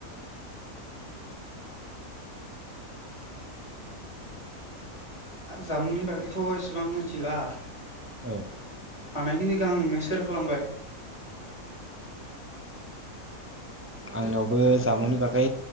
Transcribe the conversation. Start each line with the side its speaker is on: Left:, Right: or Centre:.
Left: आ जामुंनि बागैथ' एसेबां मिथिला।
Right: औ।
Left: हानायखिनिखौ आं नोंनो सेयार खालामबाय।
Right: आंनावबो जामुंनि बागै